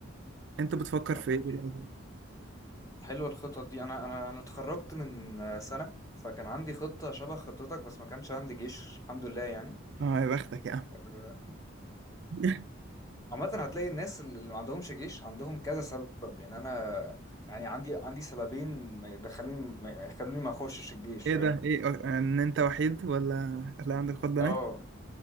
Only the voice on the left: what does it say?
اوكي
حلوه الخطط دي انا انا انا اتخرجت من آه، سنه فكان عندي خطه شبه خطتك بس ما كانش عندي جيش الحمد لله يعني
آه،
عامه هتلاقي الناس اللي ما عندهمش جيش عندهم كذا سبب يعني انا يعني عندي عندي سببين ما يدخلوني ما يخلوني ما اخشش الجيش
فاهم
اه